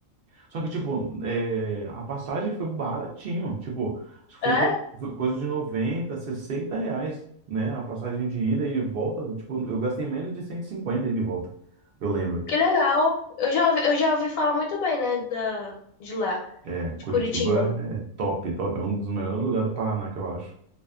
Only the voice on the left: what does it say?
É?
Que legal. Eu já ouvi, eu já ouvi falar muito bem, né, da, de lá,
de Curitiba.